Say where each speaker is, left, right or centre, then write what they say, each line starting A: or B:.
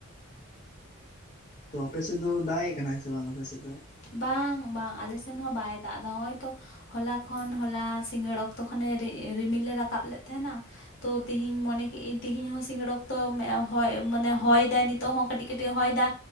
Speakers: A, on the left; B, on the left.
A: ᱛᱚ ᱟᱯᱮᱥᱮᱫ ᱫᱚ ᱫᱟᱜᱜ ᱠᱟᱱᱟᱭ ᱥᱮ ᱵᱟᱝ ᱟᱯᱮᱥᱮᱫ ᱫᱚ?
B: ᱵᱟᱝ ᱵᱟᱝ ᱟᱞᱮ ᱥᱮᱱ ᱦᱚᱸ ᱵᱟᱭ ᱫᱟᱜ ᱮᱫᱟ ᱦᱚᱜᱼᱚᱭ ᱛᱚ ᱦᱚᱞᱟ ᱠᱷᱚᱱ ᱦᱚᱞᱟ ᱥᱤᱸᱜᱟᱹᱲ ᱚᱠᱛᱚ ᱠᱷᱚᱱᱮ ᱨᱤᱢᱤᱞᱮ ᱨᱟᱠᱟᱵ ᱞᱮᱫ ᱛᱟᱦᱮᱱᱟ᱾ ᱛᱚ ᱛᱤᱦᱤᱧ ᱢᱚᱱᱮ ᱠᱮᱫᱟᱹᱧ ᱛᱤᱦᱤᱧ ᱦᱚᱸ ᱥᱤᱸᱜᱟᱲ ᱚᱠᱛᱚ ᱦᱚ ᱢᱟᱱᱮ ᱦᱚᱭ ᱫᱟᱭ ᱱᱤᱛᱚᱜ ᱦᱚᱸ ᱠᱟᱹᱴᱤᱡ ᱠᱟᱹᱴᱤᱡ ᱦᱚᱭ ᱫᱟᱭ ᱫᱟ᱾